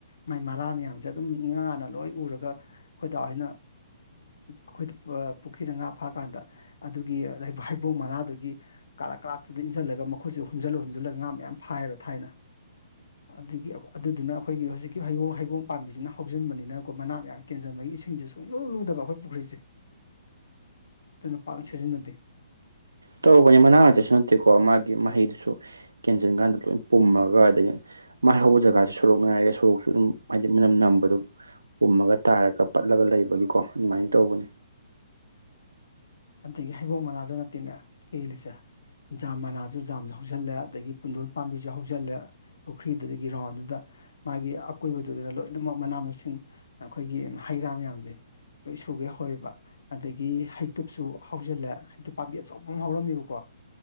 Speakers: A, on the left (about 60°); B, on the right (about 70°).
A: ꯃꯥꯏ ꯃꯔꯥ ꯃꯌꯥꯝꯁꯦ ꯑꯗꯨꯝ ꯏꯉꯥꯅ ꯂꯣꯏ ꯎꯔꯒ ꯑꯩꯈꯣꯏꯗ ꯍꯥꯏꯅ ꯑꯈꯣꯏꯗ ꯄꯨꯈ꯭ꯔꯤꯗ ꯉꯥ ꯐꯥꯀꯥꯟꯗ ꯑꯗꯨꯒꯤ ꯍꯩꯕꯣꯡ ꯃꯅꯥꯗꯨꯒꯤ ꯀꯥꯔꯛ ꯀꯥꯔꯛꯇꯨꯗ ꯏꯟꯁꯤꯜꯂꯒ ꯃꯈꯣꯏꯁ ꯍꯨꯝꯖꯤꯜꯂ ꯍꯨꯝꯖꯤꯜꯂꯒ ꯉꯥ ꯃꯌꯥꯝ ꯐꯥꯏꯌꯦꯕ ꯊꯥꯏꯅ ꯑꯗꯨꯒꯤ ꯑꯗꯨꯗꯨꯅ ꯑꯈꯣꯏꯒꯤ ꯍꯧꯖꯤꯛꯀꯤ ꯍꯩꯕꯣꯡ ꯍꯩꯕꯣꯡ ꯄꯥꯝꯕꯤꯁꯤꯅ ꯍꯧꯖꯤꯟꯕꯅꯤꯅꯀꯣ ꯃꯅꯥ ꯃꯌꯥꯝ ꯀꯦꯟꯁꯤꯟꯕꯒꯤ ꯏꯁꯤꯡꯁꯦ ꯁꯨꯡꯂꯨ ꯂꯨꯗꯕ ꯑꯈꯣꯏ ꯄꯨꯈ꯭ꯔꯤꯁꯦ ꯑꯗꯨꯅ ꯄꯥꯛꯅ ꯁꯤꯖꯤꯟꯅꯗꯦ
B: ꯇꯧꯕꯅꯤ ꯃꯅꯥ ꯅꯛꯇꯁꯨ ꯅꯠꯇꯦꯀꯣ ꯃꯥꯒꯤ ꯃꯍꯩꯗꯨꯁꯨ ꯀꯦꯟꯁꯤꯟ ꯀꯥꯟꯗ ꯂꯣꯏ ꯄꯨꯝꯃꯒ ꯑꯗꯒꯤ ꯃꯥꯏ ꯍꯧꯕ ꯖꯒꯥꯁꯤ ꯁꯣꯔꯣꯛ ꯉꯥꯏꯔꯒꯦ ꯁꯣꯔꯣꯛꯁꯨ ꯑꯗꯨꯝ ꯍꯥꯏꯗꯤ ꯃꯅꯝ ꯅꯝꯕꯗꯣ ꯄꯨꯝꯃꯒ ꯇꯥꯔꯒ ꯄꯠꯂꯒ ꯂꯩꯕꯒꯤꯀꯣ ꯑꯗꯨꯃꯥꯏꯅ ꯇꯧꯕꯅꯤ
A: ꯑꯗꯒꯤ ꯍꯩꯕꯣꯡ ꯃꯅꯥꯗ ꯅꯠꯇꯦꯅꯦ ꯀꯦꯜꯂꯤꯁꯦ ꯖꯥꯝ ꯃꯅꯥꯁꯨ ꯖꯥꯝꯁꯨ ꯍꯧꯖꯤꯜꯂꯦ ꯑꯗꯒꯤ ꯄꯨꯟꯗꯣꯟ ꯄꯥꯝꯕꯤꯁꯨ ꯍꯧꯖꯤꯜꯂꯦ ꯄꯨꯈ꯭ꯔꯤꯗꯨꯗꯒꯤ ꯔꯥꯎꯟꯗꯨꯗ ꯃꯥꯒꯤ ꯑꯀꯣꯏꯕꯗꯨꯗꯅ ꯂꯣꯏꯅꯃꯛ ꯃꯅꯥ ꯃꯁꯤꯡ ꯑꯩꯈꯣꯏꯒꯤ ꯍꯩ ꯔꯥ ꯃꯌꯥꯝꯁꯦ ꯂꯣꯏ ꯁꯨꯒꯩ ꯍꯧꯑꯦꯕ ꯑꯗꯒꯤ ꯍꯩ ꯇꯗꯨꯨꯞꯁꯨ ꯍꯧꯖꯤꯜꯂꯦ ꯍꯥꯏ ꯄꯥꯝꯕꯤ ꯑꯆꯧꯕ ꯑꯃ ꯍꯧꯔꯝꯃꯦꯕꯀꯣ